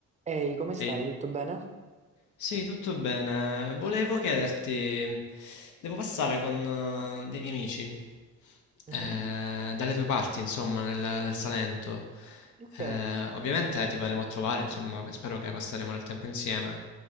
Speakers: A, on the right; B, on the left.
A: Ehi, come stai?
B: Ehi,
A: Tutto bene?
B: Sì, tutto bene. Volevo chiederti, devo passare con eh, dei miei amici,
A: Mhm,
B: eh, dalle tue parti, insomma, nel, nel Salento.
A: Ok.
B: Eh, ovviamente ti verremo a trovare, insomma, che- spero che passeremo del tempo insieme,